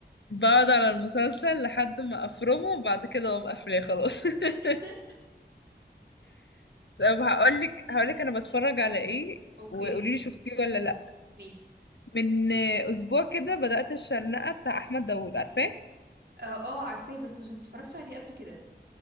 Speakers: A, on the left; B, on the right.
A: بقعد على المسلسل لحد ما افرمه وبعد كده اقوم قافلاه خلاص
B: <laughs>
A: <laughs> طب هقولك هقولك انا بتفرج على ايه
B: اوكي
A: وقوليلي شفتيه ولا لا
B: ماشي
A: من اسبوع كده بدأت الشرنقة بتاع احمد داوود عارفاه
B: اه اه عارفاه بس مش متفرجتش عليه قبل كده